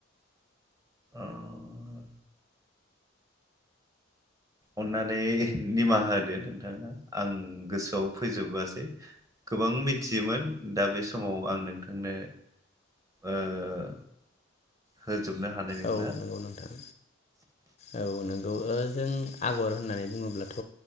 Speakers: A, on the right (about 15°); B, on the left (about 30°).
A: आरो अननानै निमाहा होदो नोंथाङा आं गोसोआव फैजोबासै गोबां मिथियोमोन दा बे समाव आं नोंथांनो ओ होजोबनो हानाय नंला
B: औ नंगौ नोंथां औ नोंगौ <unintelligible> जों आगर होननानै बुङोब्लाथ'